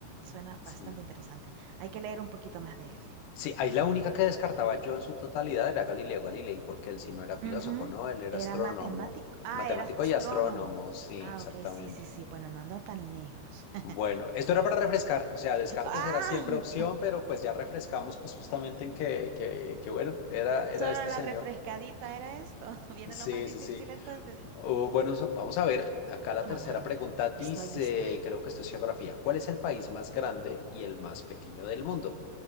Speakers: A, on the right; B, on the left.
A: suena
B: Sí.
A: bastante interesante. Hay que leer un poquito más de él.
B: Sí, ahí la única que descartaba yo en su totalidad era Galileo Galilei, porque él sí no era filósofo,
A: Ujú,
B: ¿no? Él era
A: Era
B: astrónomo,
A: matemático. Ah,
B: matemático
A: era astrónomo.
B: y astrónomo, sí,
A: Ah,
B: exactamente.
A: ok, sí, sí, sí. Bueno, no ando tan lejos. <laughs>
B: Bueno, esto era para refrescar, o sea, Descartes
A: Ah,
B: era siempre opción, pero pues ya refrescamos pues justamente en que, que, que bueno, era, era
A: solo
B: este
A: la
B: señor.
A: refrescadita era esto. <laughs> Viene
B: Sí,
A: lo más difícil
B: sí, sí.
A: entonces.
B: Uh, bueno, so- vamos a ver, acá la
A: Vamos
B: tercera
A: a ver,
B: pregunta dice,
A: estoy lista.
B: creo que esto es geografía, ¿cuál es el país más grande y el más pequeño del mundo?